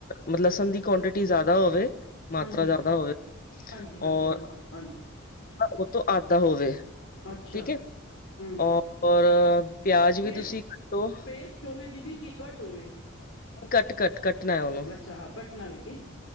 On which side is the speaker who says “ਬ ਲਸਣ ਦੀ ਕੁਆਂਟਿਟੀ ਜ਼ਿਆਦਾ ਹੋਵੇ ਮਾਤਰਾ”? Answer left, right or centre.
Left